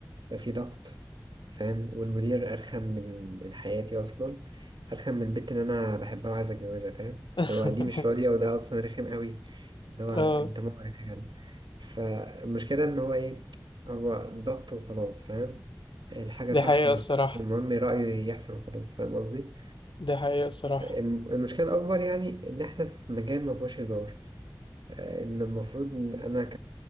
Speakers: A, on the right; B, on the left.
A: بقى في ضغط فاهم والمدير أرخم من من حياتي أصلا أرخم من البنت اللي أنا بحبها وعايز أتجوزها فاهم
B: <laughs>
A: اللي هو دي مش راضية وده أصلا رخم قوي اللي هو
B: اه
A: أنت مقرف يا جدع فالمشكلة إن هو إيه هو ضغط وخلاص فاهم الحاجة
B: دي
A: صح
B: حقيقة
A: مش
B: الصراحة
A: صح المهم رأيه يحصل وخلاص فاهم قصدي
B: دي حقيقة الصراحة
A: الم- المشكلة الأكبر يعني إن إحنا في مجال مفهوش هزار آه، إن المفروض إن أنا ك...